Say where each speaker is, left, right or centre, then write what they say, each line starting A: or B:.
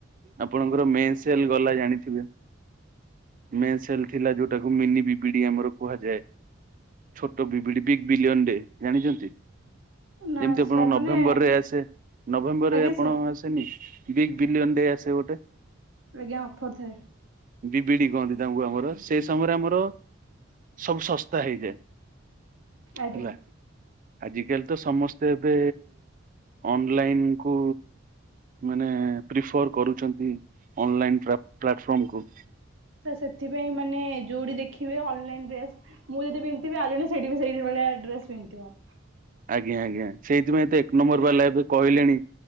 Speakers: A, on the right; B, on the right.
A: ଆପଣଙ୍କର ମେ ସେଲ ଗଲା ଜାଣିଥିବେ ମେ ସେଲ ଥିଲା ଯୋଉଟାକୁ ମିନିିବିବିଡି ଆମର କୁହାଯାଏ। ଛୋଟ ବିବିଡ଼ି ବି ବିଲୟନ ଡେ ଜାଣିଛନ୍ତି?
B: ନା
A: ଯେମତି ଆପଣଙ୍କୁ
B: ସାର୍
A: ନଭେମ୍ବରରେ
B: ମାନେ
A: ଆସେ। ନଭେମ୍ବର
B: ଆଜ୍ଞା
A: ରେ ଆପଣ
B: ସାର୍
A: ଆସେନି? ବିଗ ବିିଲୟନ ଡେ ଆସେ ଗୋଟେ।
B: ଆଜ୍ଞା ଅଫର୍ ଥାଏ
A: ବିବିଡି କହନ୍ତି ତାଙ୍କୁ ଆମର ସେଇ ସମୟରେ ଆମର ସବୁ ଶସ୍ତା ହେଇଯାଏ।
B: ଆଜ୍ଞା
A: ହେଲା। ଆଜିକାଲି ତ ସମସ୍ତେ ଏବେ ଅନଲାଇନ କୁ ମାନେ ପ୍ରିଫର କରୁଛନ୍ତି। ଅନଲାଇନ୍ ପ୍ଲାଟଫର୍ମକୁ
B: ସେ ସେଥିପାଇଁ ମାନେ ଯୋଉଟି ଦେଖି ଦେଖିବି ଅନଲାଇନ୍ ଡ୍ରେସ୍ ମୁଁ ଯଦି ପିନ୍ଧିଥିବି ଆଉ ଜଣେ ସେଇଠି ବି ସେଇ ଭଳିଆ ଡ୍ରେସ୍ ପିନ୍ଧିଥିବ।
A: ଆଜ୍ଞା ଆଜ୍ଞା ସେଇଥିପାଇଁ ତ ଏକ ନମ୍ବର ବାଲା ଏବେ କହିଲେଣି।